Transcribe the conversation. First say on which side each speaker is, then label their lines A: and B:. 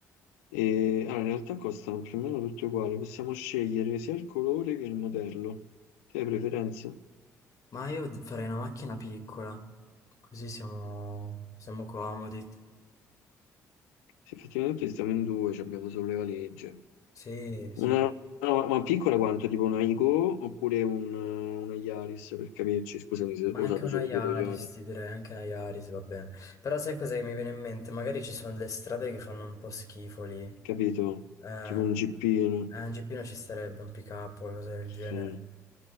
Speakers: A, on the left; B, on the left.
A: e allora, in realtà costano più o meno tutte uguali, possiamo scegliere sia il colore che il modello. Te hai preferenze?
B: Ma io d- farei una macchina piccola, così siamo, siamo comodi.
A: Se effettivamente stiamo in due, ci abbiamo solo le valigie.
B: Sì,
A: Una,
B: sì.
A: no, ma piccola quanto? Tipo una Igo oppure un- una Yaris, per capirci, scusami se
B: Ma
A: ho usato
B: anche una
A: solo
B: Yaris,
A: due Toyota,
B: ti direi, anche una Yaris va bene. Però sai cos'è che mi viene in mente? Magari ci sono delle strade che fanno un po' schifo lì.
A: capito?
B: Eh,
A: Tipo un Jeepino.
B: Eh, un GP non ci sarebbe un pick up o cose del genere.
A: Sì.